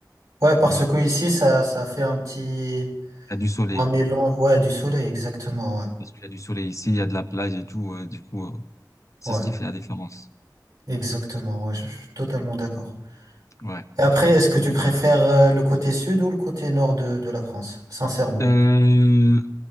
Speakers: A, on the right (about 45°); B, on the left (about 45°).
A: Ouais, parce
B: Ouais.
A: que ici, ça, ça fait un petit.
B: Il y a du soleil.
A: Un mélange. Ouais, du soleil, exactement, ouais.
B: Parce qu'il y a du soleil ici, il y a de la plage et tout. euh, du coup, euh, C'est
A: Ouais.
B: ce qui fait la différence.
A: Exactement, ouais, je, je suis totalement d'accord.
B: Ouais.
A: Et après, est-ce que tu préfères euh, le côté sud ou le côté nord de, de la France, sincèrement?
B: Euh,